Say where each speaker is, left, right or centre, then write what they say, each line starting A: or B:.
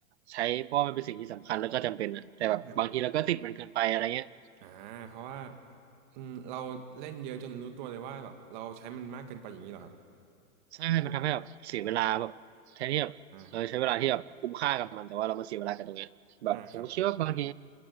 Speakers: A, on the right; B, on the right.
A: ใช้เพราะว่ามันเป็นสิ่งที่สำคัญแล้วก็จำเป็นนะแต่แบบบางทีเราก็ติดมันเกินไปอะไรเงี้ย
B: ไม่ครับอ่าเพราะว่าอืมเราเล่นเยอะจนรู้ตัวเลยว่าแบบเราใช้มันมากเกินไปอย่างนี้เหรอครับ
A: ใช่มันทำให้แบบเสียเวลาแบบแทนที่แบบเออใช้เวลาที่แบบคุ้มค่ากับมันแต่ว่าเรามาเสียเวลากับตรงเนี้ยแบบผมคิดว่าบางที
B: อ่าอ่าครับ